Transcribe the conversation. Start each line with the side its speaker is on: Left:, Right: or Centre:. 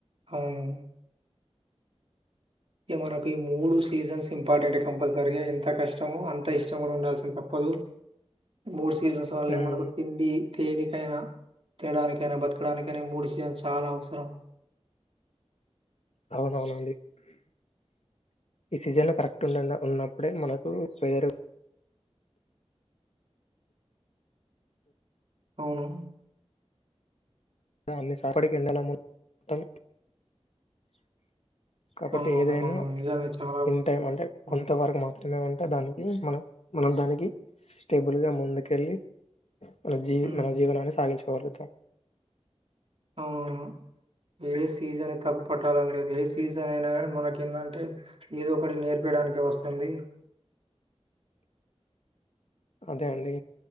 Right: అవును ఇ మనకు ఈ మూడు సీజన్స్ ఇంపార్టెంట్ కంపల్సరీగా ఎంత కష్టము అంత ఇష్టం కూడా ఉండాల్సిన తప్ప దు మూడు సీజన్స్ వాళ్ళని
Left: ఉమ్,
Right: మనకి తిండి తేనే కైనా తినడానికైనా బతకడానికైనా మూడు సీజన్ చాలా అవసరం
Left: అవునవునండి ఈ సీజన్లు కరెక్ట్ ఉన్నప్పుడే మనకు వెదర్
Right: అవును
Left: అన్ని సపడికి ఎండెలం మొత్తం <inaudible> కాబట్టి
Right: అవును.
Left: ఏదైనా
Right: మనం నిజమే చాలా
Left: ఇన్ టైం అంటే
Right: హ్మ్.
Left: కొంత వరకు మాత్రమే ఉంట దానికి మనం మనం దానికి స్టేబుల్ గా ముందుకెళ్ళి మన జీ
Right: హ్మ్.
Left: మన జీవనాన్ని సాగించుకోగలుగుతాం <inaudible>
Right: అవునవును. ఏ సీజన్ తప్పు పట్టాలని లేదు ఏ సీజన్ అయినా కాని మనకి ఏందంటే ఏదో ఒకటి నేర్పయడానికి వస్తుంది
Left: <inaudible> అదే అండి